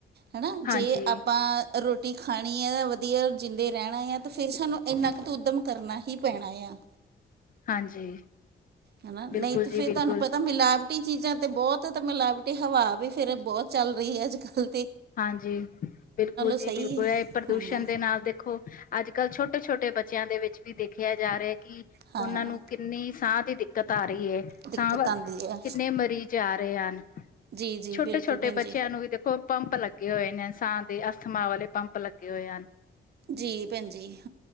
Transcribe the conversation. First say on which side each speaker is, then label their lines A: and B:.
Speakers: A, on the right (about 60°); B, on the left (about 50°).
A: ਹੈ ਨਾ
B: ਹਾਂਜੀ
A: ਜੇ ਆਪਾਂ ਰੋਟੀ ਖਾਣੀ ਹੈ ਜਾਂ ਵਧੀਆ ਜਿੰਦੇ ਰਹਿਣਾ ਆ ਤਾਂ ਫਿਰ ਸਾਨੂੰ ਇੰਨਾ ਕੁ ਤਾਂ ਉੱਦਮ ਕਰਨਾ ਹੀ ਪੈਣਾ ਆ।
B: ਹਾਂਜੀ।
A: ਹੈਨਾ ਨਹੀਂ
B: ਬਿਲਕੁਲ
A: ਤੇ
B: ਜੀ
A: ਫਿਰ
B: ਬਿਲਕੁਲ
A: ਤੁਹਾਨੂੰ ਪਤਾ ਮਿਲਾਵ ਮਿਲਾਵਟੀ ਚੀਜ਼ਾਂ ਤੇ ਬਹੁਤ ਤਾਂ ਮਿਲਾਵਟੀ ਹਵਾ ਵੀ ਫਿਰ ਬਹੁੱਤ ਚੱਲ ਰਹੀ ਹੈ ਅੱਜ-ਕੱਲ।
B: ਹਾਂਜੀ, ਬਿਲਕੁੱਲ ਜੀ
A: ਸਹੀ
B: ਬਿਲਕੁੱਲ, ਇਹ ਪ੍ਰਦੂਸ਼ਣ
A: ਹਮ
B: ਦੇ ਨਾਲ ਦੇਖੋ ਅੱਜ-ਕੱਲ੍ਹ ਛੋਟੇ-ਛੋਟੇ ਬੱਚੇ ਬੱਚਿਆਂ ਦੇ ਵਿੱਚ ਵੀ ਦੇਖਿਆ ਜਾ ਰਿਹਾ ਕਿ
A: ਹਾਂ
B: ਉਹਨਾਂ ਨੂੰ ਕਿੰਨੀ ਸਾਹ ਦੀ ਦਿੱਕਤ ਆ ਰਹੀ ਹੈ
A: ਦਿੱਕਤ
B: ਸਾਹ ਵਾੱਲੇ
A: ਆਉਂਦੀ
B: ਕਿੰਨੇ
A: ਹੈ
B: ਮਰੀਜ਼ ਜਾ ਰਹੇ ਹਨ
A: ਜੀ ਜੀ
B: ਛੋਟੇ-ਛੋਟੇ
A: ਬਿਲਕੁਲ ਭੈਣ ਜੀ
B: ਬੱਚਿਆਂ ਨੂੰ ਵੀ ਦੇਖੋ ਪੰਪ ਲੱਗੇ ਹੋਏ ਨੇ ਸਾਹ ਦੇ ਅਸਥਮਾ ਵਾਲੇ ਪੰਪ ਲੱਗੇ ਹੋਏ ਹਨ।
A: ਜੀ, ਭੈਣਜੀ।